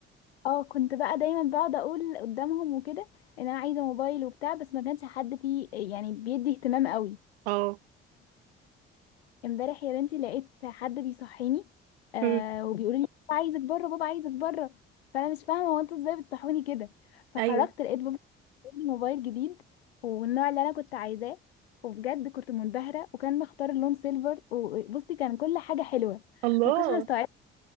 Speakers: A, on the left (about 90°); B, on the right (about 80°).
A: اه كنت بقى دايما بقعد اقول قدامهم وكده ان انا عايزة موبايل وبتاع بس ما كانش حد فيه يعني بيدي اهتمام قوي
B: اه
A: فامبارح يا بنتي لقيت حد بيصحيني آه
B: مم.
A: وبيقول لي بابا عايزك بره بابا عايزك بره فانا مش فاهمه هو انتوا ازاي بتصحوني كده فخرجت
B: ايوه
A: لقيت بابا جايب لي موبايل جديد والنوع اللي انا كنت عايزاه وبجد كنت منبهره وكان مختار اللون سيلفر وبصي كان كل حاجه حلوه
B: الله
A: ما كنتش مستوعبه